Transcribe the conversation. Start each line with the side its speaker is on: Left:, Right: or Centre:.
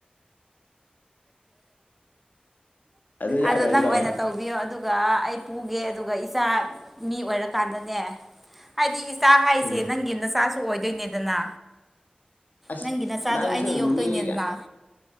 Left: ꯑꯗꯨ ꯌꯥꯔꯣꯏꯗ꯭ꯔꯣ
Centre: ꯑꯗꯣ ꯅꯪ ꯑꯣꯏꯅ ꯇꯧꯕꯤꯌꯣ ꯑꯗꯨ ꯑꯗꯨꯒ ꯑꯩ ꯄꯨꯒꯦ ꯑꯗꯨꯒ ꯏꯆꯥ ꯃꯤ ꯑꯣꯏꯔꯀꯥꯟꯗꯅꯦ ꯍꯥꯏꯗꯤ ꯏꯆꯥ ꯍꯥꯏꯁꯦ
Left: ꯎꯝ
Centre: ꯅꯪꯒꯤ ꯅꯆꯥꯁꯨ ꯑꯣꯏꯗꯣꯏꯅꯦꯗꯅ
Left: ꯑꯁ
Centre: ꯅꯪꯒꯤ ꯅꯆꯥꯗꯣ
Left: ꯅꯪꯁꯨ
Centre: ꯑꯩꯅ ꯌꯣꯛꯇꯣꯏꯅꯦ
Left: ꯃꯤꯒ
Centre: ꯏꯃ